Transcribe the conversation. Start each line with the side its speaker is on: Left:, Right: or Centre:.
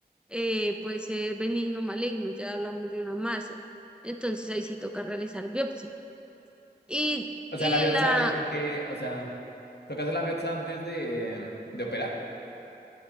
Centre: eh, puede ser benigno, maligno, ya hablamos de una masa. Entonces ahí sí toca realizar biopsia. Y,
Left: O sea,
Centre: y
Left: la biopsia,
Centre: la,
Left: ¿y por qué? O sea, ¿tocas la biopsia antes de, de operar?